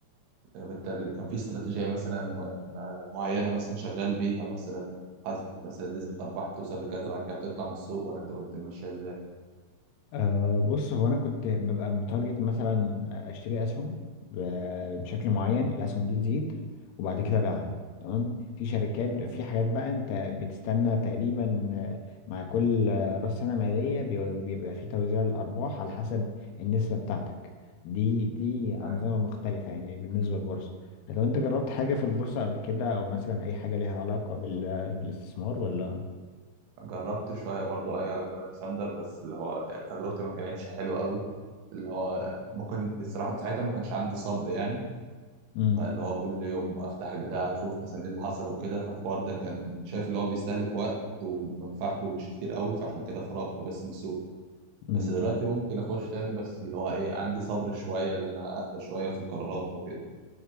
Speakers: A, on the right (about 80°); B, on the left (about 85°).
A: آه، بالتالي كان في استراتيجية مثلا م- م- معينة مثلا شغال بيها مثلا حاطط مثلا نسبة أرباح بتوصل لكذا بعد كده بتطلع من السوق ولا أنت كنت ماشيها إزاي؟
B: أه بص هو انا كنت ببقى متارجت مثلا اشتري اسهم ب- بشكل معين الاسهم دي تزيد وبعد كده ابيعها تمام في شركات
A: تمام
B: في حاجات بقى انت بتستنى تقريبا آه، مع كل آه، راس سنه ماليه بي- بيبقى في توزيع الارباح على حسب النسبه بتاعتك دي دي
A: تمام
B: انظمه مختلفه يعني بالنسبه للبورصه لو انت جربت حاجه في البورصه قبل كده او مثلا اي حاجه ليها علاقه بال- بالاستثمار ولا
A: جربت شوية برضو أي على برنامج ساندر بس اللي هو يعني تجربتي ما كانتش حلوة قوي اللي هو ما كنت الصراحة ساعتها ما كانش عندي صبر يعني
B: امم
A: فاللي هو كل يوم افتح البتاع اشوف مثلا ايه اللي حصل وكده فالحوار ده كان شايف اللي هو بيستهلك وقت ومنفعته مش كتير قوي فعشان كده خرجت بس من السوق
B: امم.
A: بس دلوقتي ممكن اخش تاني بس اللي هو ايه عندي صبر شويه اللي انا اهدى شويه في القرارات او كده